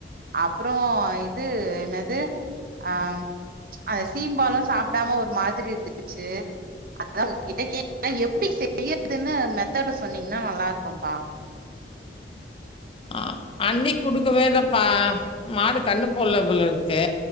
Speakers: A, on the right (about 50°); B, on the left (about 30°).
A: அப்புற இது என்னது அம் அத சீம்பாலும் சாப்டாம ஒரு மாதிரி இருந்துச்சு அதா ஒங்ககிட்ட கேட்ட எப்டி செய்யறதுன்னு மெத்தடு சொன்னீங்கன்னா நல்லாருக்கும்பா
B: அ அண்ணி குடுக்கவேலப்பா மாடு கண்ணு போல்ல போலருக்கு